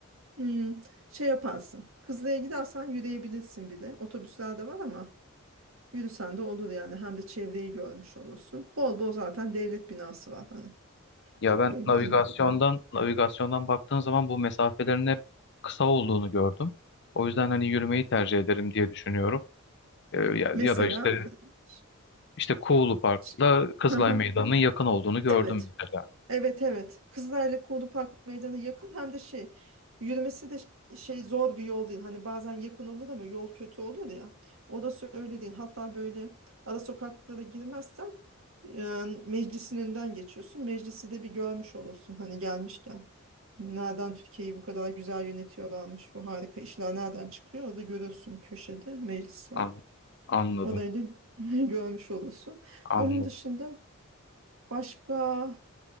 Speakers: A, on the right; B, on the left.
A: Hmm, şey yaparsın. Kızılay'a gidersen yürüyebilirsin bile. Otobüsler de var ama yürüsen de olur yani. Hem de çevreyi görmüş olursun. Bol bol zaten devlet binası var hani.
B: Ya
A: Çok
B: ben
A: böyle
B: navigasyondan
A: iyi.
B: navigasyondan baktığım zaman bu mesafelerin hep kısa olduğunu gördüm. O yüzden hani yürümeyi tercih ederim diye düşünüyorum. Ee, ya,
A: Mesela
B: ya da işte
A: ç-
B: işte Kuğulu Park'la
A: ç-
B: Kızılay
A: <laughs>
B: Meydanı'nın yakın olduğunu gördüm
A: evet
B: mesela.
A: Evet evet. Kızılay'la Kuğulu Park Meydanı yakın hem de şey yürümesi de ş- şey zor bir yol değil. Hani bazen yakın olur ama yol kötü olur ya. Orası öyle değil. Hatta böyle ara sokaklara girmezsen e, meclisin önünden geçiyorsun. Meclisi de bir görmüş olursun hani gelmişken. Nereden Türkiye'yi bu kadar güzel yönetiyorlarmış. Bu harika işler nereden çıkıyor? Orada görürsün köşede meclis var.
B: An- anladım.
A: Orayı da <laughs> görmüş olursun.
B: Anladım.
A: Onun dışında başka